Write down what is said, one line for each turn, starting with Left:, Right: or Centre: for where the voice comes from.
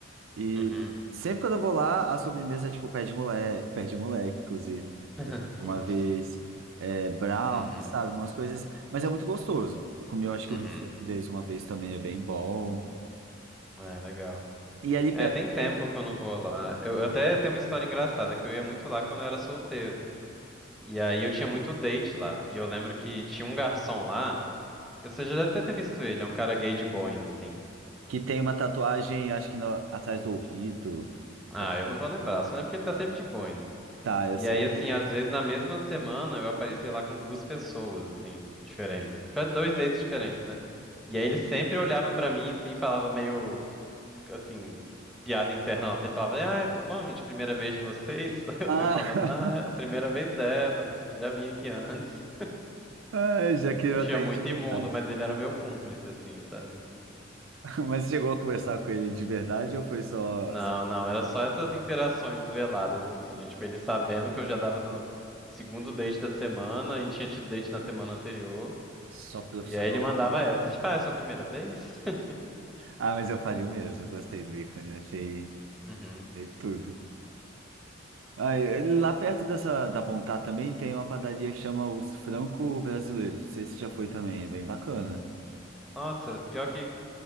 Right: E
Centre: Uhum.
Right: sempre quando eu vou lá, a sobremesa é, tipo, pé de moleque, pé de moleque, inclusive,
Centre: <laughs>
Right: uma
Centre: Putz.
Right: vez, é, brownie,
Centre: Uhum.
Right: sabe, umas coisas, mas é muito gostoso. Eu comi, eu acho que
Centre: Uhum.
Right: o risoto deles uma vez também é bem bom.
Centre: É, legal.
Right: E ali
Centre: É,
Right: perto
Centre: tem tempo
Right: tem
Centre: que eu não vou lá. Eu, eu até tenho uma história engraçada, que eu ia muito lá quando eu era solteiro. E aí eu tinha muito date lá. E eu lembro que tinha um garçom lá. Eu- Você já deve até ter visto ele, é um cara gay de boina, assim.
Right: Que tem uma tatuagem, acho que no- atrás do ouvido.
Centre: Ah,
Right: Então,
Centre: eu não vou lembrar, só lembro que ele tá sempre de boina.
Right: Tá, eu
Centre: E
Right: sei.
Centre: aí, assim, às vezes na mesma semana eu aparecia lá com duas pessoas, assim, diferentes. Pra Dois dates diferentes, né? E aí ele sempre olhava pra mim, assim, e falava meio. assim, piada interna nossa. Ele falava, ah, é, tudo bom, gente? Primeira vez de vocês? <laughs> Eu
Right: Ah,
Centre: sempre falava, não,
Right: <laughs>
Centre: é a primeira vez dela, mas já vim aqui antes.
Right: ah, já
Centre: Me
Right: criou
Centre: sentia
Right: até
Centre: muito
Right: intimidade.
Centre: imundo, mas ele era meu cúmplice, assim, sabe?
Right: <laughs> Mas você chegou a conversar com ele de verdade ou foi só,
Centre: Não, não, era só essas interações veladas, assim, de, tipo, ele sabendo que eu já dava no segundo date da semana e tinha tido date na semana anterior.
Right: só profissional?
Centre: E aí ele mandava essa, tipo, ah, é a sua primeira vez? <laughs>
Right: Ah, mas eu faria o mesmo. Gostei do ícone, achei,
Centre: Uhum.
Right: achei tudo. Ah, e lá perto dessa da Bontá também tem uma padaria que chama Os Franco Brasileiros. Não sei se já foi também, é bem bacana.
Centre: Nossa, pior que